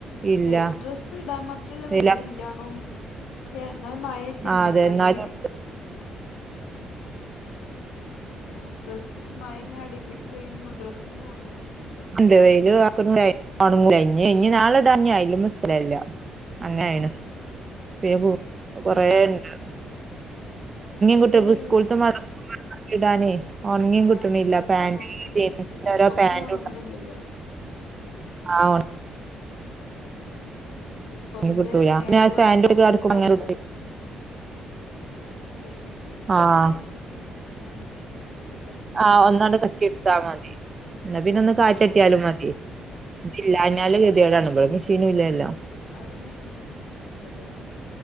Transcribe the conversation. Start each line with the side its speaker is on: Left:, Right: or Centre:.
Right: ഇല്ല
Left: അല്ലെ ഡ്രസ്സ് ഇടാൻ മാത്രള്ള
Right: വെയില
Left: വെയിലി വേണം പക്ഷെ എന്നാൽ മഴേറ്റില്ലണോ
Right: ആഹ് അതെ എന്നാലും
Left: അങ്ങെനേണ്. ആഹ് ഡ്രസ് ഇപ്പ മഴ ഇങ്ങനെ അടിപ്പിച്ച് പെയ്യുമ്പ ഡ്രസ് ഒന്നും ഒണങ്ങണില്ലല്ലോ.
Right: <unintelligible> ഒണങ്ങൂല ഇഞ്ഞി ഇഞ്ഞി നാളിടാൻ ഇഞ്ഞി അയ്‌ലുമാ സ്ഥലില്ല. അങ്ങനേണ്
Left: ആഹ് അതാണ്
Right: പ് കു കൊറേ ഉണ്ട <unintelligible>
Left: പിന്നെ
Right: കുട്ടിയക്ക്
Left: ഇവലെ യൂ
Right: സ്കൂള്ത്ത <unintelligible> ഇടാനേ ഒണങ്ങീ
Left: ആഹ്
Right: കിട്ടുന്നില്ല
Left: യൂണിഫോമേ
Right: പാന്റ് <unintelligible>
Left: യൂണിഫോം
Right: പാൻറ്
Left: ഒന്നും ഉണങ്ങണില്ലല്ലോ
Right: ആഹ്
Left: ഉം യൂണിഫോമിന്റെ
Right: ഒണങ്ങി കിട്ടൂല
Left: പാന്റ്
Right: പിന്നെ ഫാന്റെ
Left: ആ ട്രൗസർ
Right: ഉള്ളിൽ കടക്കുമ്പോ
Left: ഒക്കെ
Right: അങ്ങനെ
Left: ആയാലും
Right: ഇടും
Left: ആ അല്ലെ മെഷീൻ ഒക്കെ
Right: ആഹ്
Left: ഉണ്ടായി പിന്നെ മെഷീൻ ഉണക്കിക്കാണ്ട്ങ്ങനെ പാന്റക്കെ
Right: ആഹ് ഒന്നാണ്ട് കറക്കി എടുത്താ മതി.
Left: <unintelligible>
Right: എന്നാ
Left: പ്രശ്ന
Right: പിന്നെ ഒന്ന് കാറ്റട്ടിയാലും
Left: ആഹ് <unintelligible>
Right: മതി
Left: പ്രശ്നല്ല.
Right: ഇല്ലാഞ്ഞാല് ഗതികേടാണ് ഇപ മെഷേനും ഇല്ലല്ലോ.
Left: അവ്ടെ മിഷേൻ ഇല്ലല്ലേ